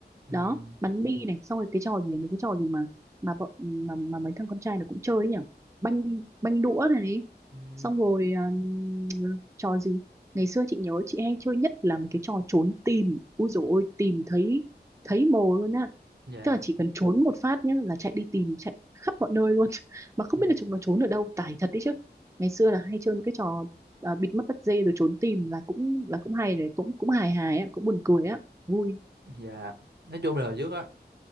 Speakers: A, on the right; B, on the right.
A: ừ
B: đó bắn bi này xong rồi cái trò gì mấy cái trò gì mà mà bọn mà mà mấy thằng con trai nó cũng chơi ấy nhỉ banh banh đũa này
A: ừ
B: xong rồi um, trò gì ngày xưa chị nhớ chị hay chơi nhất là mấy cái trò trốn tìm ui dồi ôi tìm thấy thấy mồ luôn á
A: dạ
B: tức là chỉ cần trốn một phát nhá là chạy đi tìm chạy khắp mọi nơi luôn <laughs> mà không
A: ừ
B: biết là chúng nó trốn ở đâu tải thật đấy chứ ngày xưa là hay chơi mấy cái trò à, bịt mắt bắt dê rồi trốn tìm là cũng là cũng hay đấy cũng cũng hài hài á cũng buồn cười á vui
A: dạ nói chung là hồi trước á